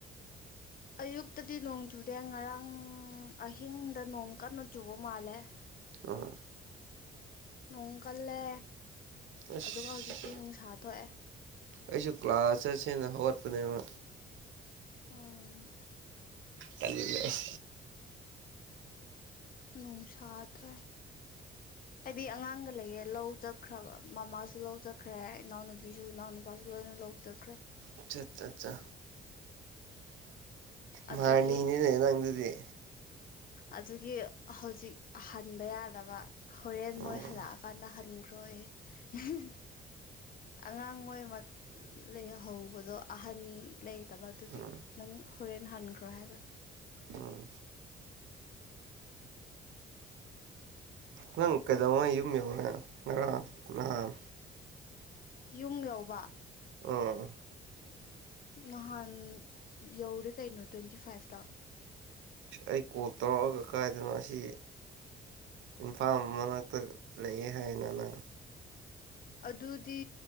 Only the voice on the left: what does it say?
ꯑꯌꯨꯛꯇꯗꯤ ꯅꯣꯡ ꯆꯨꯗꯦ ꯉꯔꯥꯡ ꯑꯍꯤꯡꯗ ꯅꯣꯡ ꯀꯟꯅ ꯆꯨꯕ ꯃꯥꯜꯂꯦ
ꯅꯣꯡ ꯀꯜꯂꯦ
ꯑꯗꯨꯒ ꯍꯧꯖꯤꯛꯇꯤ ꯅꯨꯡꯁꯥ ꯊꯣꯛꯑꯦ
ꯑꯣ
ꯅꯨꯡꯁꯥ ꯊꯥꯏ ꯍꯥꯏꯗꯤ ꯑꯉꯥꯡꯒ ꯂꯩꯌꯦ ꯂꯧ ꯆꯠꯈ꯭ꯔꯕ ꯃꯃꯥꯁꯨ ꯂꯧ ꯆꯠꯈ꯭ꯔꯦ ꯏꯅꯥꯎꯅꯨꯄꯤꯁꯨ ꯏꯅꯥꯎꯅꯨꯄꯥ ꯂꯣꯏꯅ ꯂꯧ ꯆꯠꯈ꯭ꯔꯦ
ꯑꯗꯨꯒꯤ
ꯑꯗꯨꯒꯤ ꯍꯧꯖꯤꯛ ꯍꯟꯕ ꯌꯥꯗꯕ ꯍꯣꯔꯦꯟ
ꯃꯣꯏ ꯍꯜꯂꯛꯑꯀꯥꯟꯗ ꯍꯟꯈ꯭ꯔꯣꯑꯦ ꯍꯦ ꯍꯦ ꯑꯉꯥꯡ ꯃꯣꯏ ꯃꯠ ꯂꯩꯍꯧꯕꯗꯣ ꯑꯍꯟ ꯂꯩꯇꯕ ꯑꯗꯨꯒꯤ
ꯅꯪ ꯍꯣꯔꯦꯟ ꯍꯟꯈ꯭ꯔꯣ ꯍꯥꯏꯕ
ꯌꯨꯝ ꯌꯧꯕ
ꯅꯍꯥꯟ ꯌꯧꯔꯦ ꯀꯩꯅꯣ ꯇ꯭ꯋꯦꯟꯇꯤ ꯐꯥꯏꯚꯇ
ꯑꯗꯨꯗꯤ